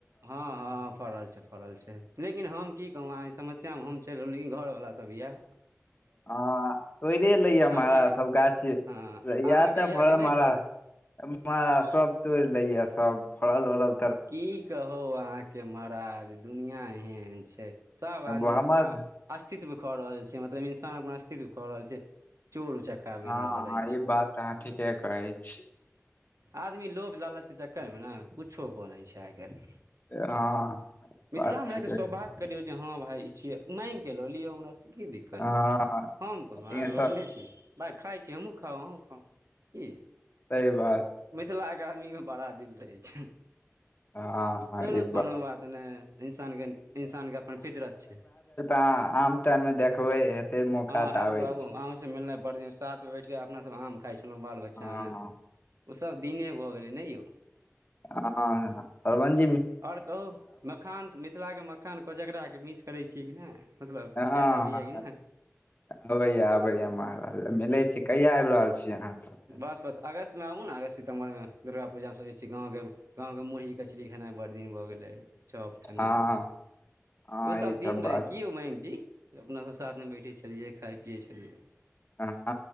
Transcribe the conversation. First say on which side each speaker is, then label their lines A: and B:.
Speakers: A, on the right; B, on the left.
A: हँ हँ फड़ल छै फड़ल छै लेकिन हम की कहू अहाँ समस्या में हम चलि रहलिन इ घरवला सब यऽ
B: हँ तोरे लैया मराज
A: की यए
B: सब गाछ इये
A: हँ अहाँके
B: सब
A: यए
B: भरल
A: कि नहि
B: महार
A: फड़ल
B: महराज सब तोड़ लैए सब फरल उरल
A: की कहू अहाँके महाराज दुनिआँ एहन छै सब आदमी
B: हमर
A: अपना अस्तित्व खो रहल छै मतलब इन्सान अपना कित कऽ रहल छै चोर उचक्का
B: हँ
A: बनि रहल अछि
B: ई बात तऽ अहाँ ठीके कहै छी
A: आदमी लोभ लालच के चक्कर मे न कुछो कऽ लै छै आइ काल्हि
B: हँ
A: मिथिला
B: बात
A: मे
B: ठीके
A: एक सौभाग्य करियौ हँ भाई इ छिये माइंग के लऽ लियौ हमरा से की दिक्कत
B: हँ
A: छै हम कोनो
B: सही
A: अहाँ के रोकने छि भाई खाइ छी हमहूँ खाउ अहूँ खाउ की
B: सही बात
A: मिथिला के आदमी मे बड़ा दिल रहै छै
B: हँ
A: चलू
B: हँ ई
A: कोनो बात नै इंसान के इंसान के अपन फितरत छै
B: ह आम टाइम मे देखबै हेते मौका
A: हँ आबू
B: तऽ आबै
A: आबू अहूँसँ
B: छी
A: मिलनाइ बड़ दिन साथ मे बैठ कऽ अपना सभ आम खाइ छलहुँ बाल बच्चा
B: हँ
A: मे ओसभ दिने भऽ गेलै नै यौ
B: आ हऽ श्रवन
A: आओर कहू मखान त मिथिला मखान कोजगरा मिस करै छीयै कि नहि मतलब याद
B: हँ हँ
A: आबैए कि नहि
B: आबैय आबैय महाराज मिले छी कहिया आबि रहल छी अहाँ तऽ
A: बस बस अगस्त मे आबू न अगस्त सितम्बर मे दुर्गा पूजामे सोचैत छी गाँवके गाँवके मुरही कचरी खेनाइ बड़ दिन भऽ गेलै चॉप खेनाइ
B: हँ हँ
A: ओसभ
B: ई सब
A: दिन
B: बात
A: रहै की यौ मयंक जी अपनासभ साथमे बैठै छलियै खाइ पियै छलियै
B: ह ह